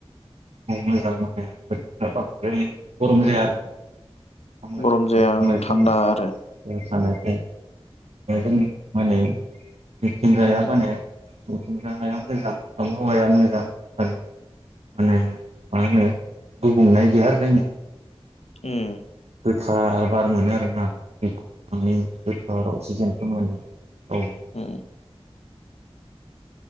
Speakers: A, on the right; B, on the left.
A: मोजां मोनो बोथोरफोरा बांद्राय गरम जाया आरो ना बिफां लाइफां
B: गरम जाया
A: दंफां
B: ओं
A: लाइफां
B: थान्दा आरो
A: थानायखाय <inaudible>
B: उम
A: मिथिंगाया
B: उम
A: माने <unintelligible> मोजां आबहावाया मोजां आरो माने मा होनो गुबुंनाय गैया आरो जोंनिया।
B: उम
A: गोथार बार मोनो आरो ना। गो <unintelligible> गोथार अक्सिजेनखो मोनो। औ
B: उम